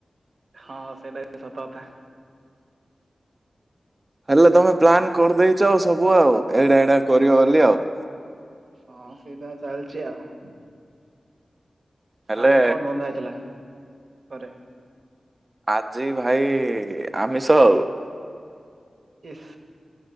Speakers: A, on the right (about 70°); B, on the right (about 35°).
A: ହଁ ସେଇଟା ବି ସତ କଥା।
B: ହେଲେ ତମେ ପ୍ଲାନ୍ କରିଦେଇଛ ଆଉ ସବୁ ଆଉ ଏଇଡା ଏଇଡା କରିବ ବୋଲି ଆଉ।
A: ହଁ ସିଧା ଚାଲଛି ଆଉ।
B: ହେଲେ
A: ଆଜି କଣ ରନ୍ଧା ହେଇଥିଲା। ପରେ
B: ଆଜି ଭାଇ ଆମିଷ ଆଉ।
A: ଇସ୍